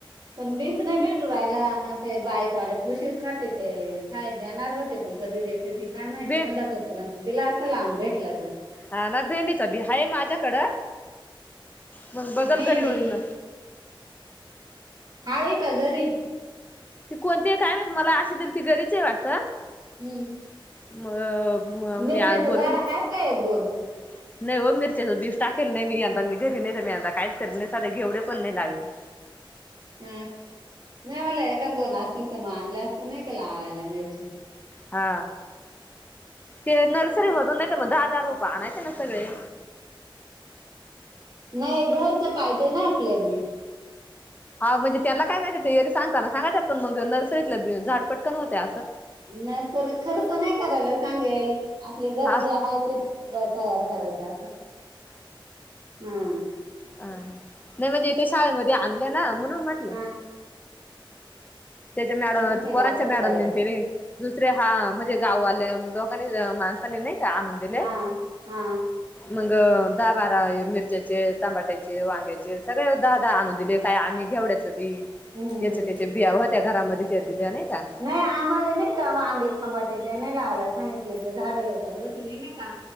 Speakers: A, on the right; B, on the left.
A: पण बीच नाही भेटू राहिला. ते बाईपाआले कृषी खात्याचे साहेब देणार होते पण कधी देते ती काय माहिती
B: बे
A: म्हणल तोपर्यंत दिला असं लावून भेटलं तर.
B: हा ना भेंडीच बी हाय माझ्याकडं. मग बघल
A: भेंडी
B: घरी म्हणून
A: हाय का घरी?
B: ती कोणती काय माहित मला अशी दिलती गरीच आहे वाटतं.
A: हम्म.
B: म.
A: मिरच्याच
B: मी बोरखंड
A: झाड आहेत का एक दोन?
B: <inaudible> नाही हो मिरच्याचं बीच टाकेल नाही मी यदां मी घरी नाही तर मी काहीच करेल नाही साधे गेवडे पण नाही लावेल. <inaudible>
A: हा नाही म्हणलं एखादं दोन असतील त म आनले असत नाही का लावायला मिरची.
B: हा ते नर्सरीमधून नाईत म दहा दहा रोप आणायचे ना सगळें.
A: नाही घरचे पाहिजे ना आपल्याले.
B: हा म्हणजे त्याला काय माहितीय ते येरी सांगताना सांगा ता पण मग नर्सरीतला झाड पटकन होत्या असं.
A: नर्सरी खरच नाहीं की करायलस? सांगेल आपले घरीजे
B: हा
A: आहे तेच तयार करायचं असं. हम्म.
B: अ नाही म्हणजे इथे शाळेमध्ये आणले ना म्हणून म्हटलं.
A: हा
B: त्याच्या मॅडम
A: त्याने केलं
B: पोरांच्या
A: असेल
B: मॅडमनी
A: तयार
B: न त्यानी. दुसरे हा म्हणजे गाववाले दोघांनी माणसाने नाही का आणून दिले
A: हां हां.
B: मग दहा बारा मिरच्याचे तमाट्याचे वांग्याचे सगळे दहा दहा आणून दिलेत. काय आम्ही घेवड्याचं बी
A: हम्म हम्म
B: याच्या
A: हम्म.
B: त्याच्या बिया व्हत्या घरामध्ये त्या दिल्या नाही का
A: व्हंय आम्हाले नाही कां वांगे टमाटे देन लावला अ नाई म्हटलं त झाड लवकर होती ही नाई का